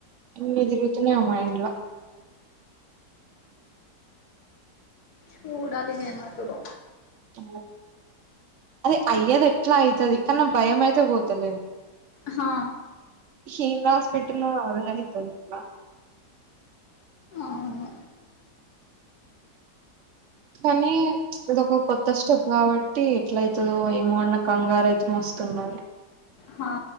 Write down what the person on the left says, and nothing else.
చూడాలి జనాతురొ
హా
అవును
హా